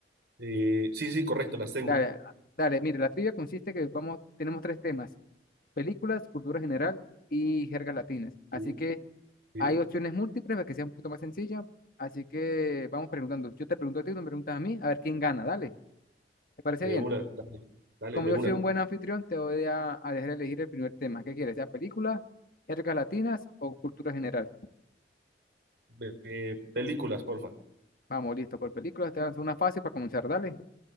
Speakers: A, on the right; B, on the left.
A: Eh, sí, sí, correcto, las tengo.
B: Dale, dale, mire, la trivia consiste que vamos, tenemos tres temas, películas, cultura general y jergas latinas. Así
A: Sí,
B: que
A: sí,
B: Hay opciones múltiples para que sea un poquito más sencilla. Así que vamos preguntando. Yo te pregunto a ti, tú me preguntas a mí, a ver quién gana. Dale, ¿te parece
A: de
B: bien?
A: una. Dale, dale,
B: Como
A: de
B: yo
A: una.
B: soy un buen anfitrión, te voy a, a dejar elegir el primer tema. ¿Qué quieres? ¿Ya películas, jergas latinas o cultura general?
A: Ve- eh, películas, porfa.
B: Vamos, listo, por películas. Te lanzo una fácil para comenzar. Dale.